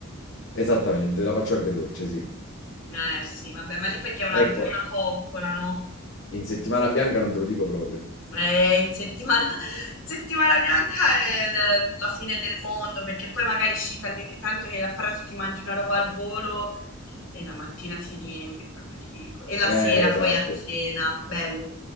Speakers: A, on the left; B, on the left.
A: esattamente, la faccio anche dolce, sì.
B: Eh sì, vabbè, ma lì perché è una,
A: Ecco,
B: più una coccola, no?
A: in settimana bianca non te lo dico proprio.
B: Eh, in settimana, <laughs> in settimana bianca è l- la fine del mondo perché poi magari sci talmente tanto che a pranzo ti mangi una roba al volo E la mattina si riempie proprio di... E la
A: Eh,
B: sera
A: esatto.
B: poi a cena, bello,